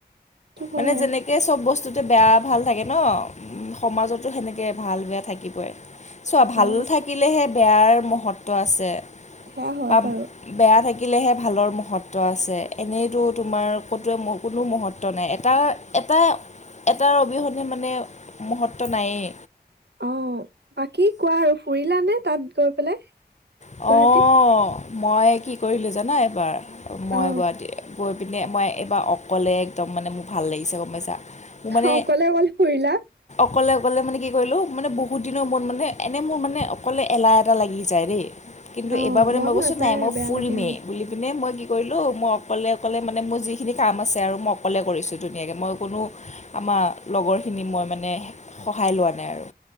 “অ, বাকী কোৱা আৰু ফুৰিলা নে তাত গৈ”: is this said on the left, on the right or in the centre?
Right